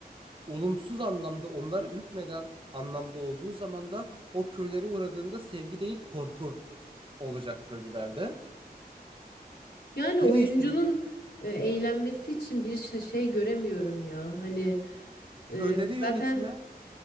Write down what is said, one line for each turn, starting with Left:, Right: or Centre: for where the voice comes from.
Right: olumsuz anlamda onlara hükmeden anlamda olduğu zaman da o köylere uğradığında sevgi değil korku olacak köylülerde.
Left: Yani
Right: Yine
Left: oyuncunun
Right: istedik
Left: e, eğlenmesi için bir şa- şey göremiyorum ya. Hani
Right: köyleri
Left: e,
Right: yönetme.
Left: zaten